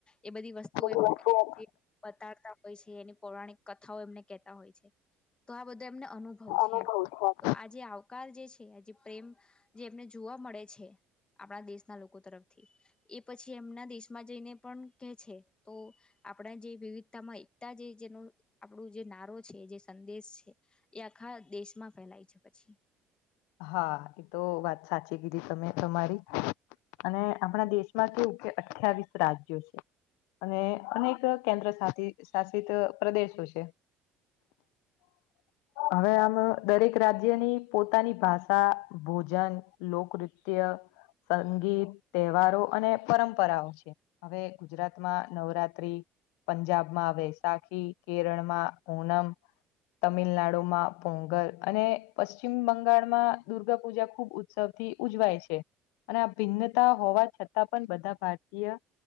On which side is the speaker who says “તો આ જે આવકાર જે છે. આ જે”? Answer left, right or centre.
Left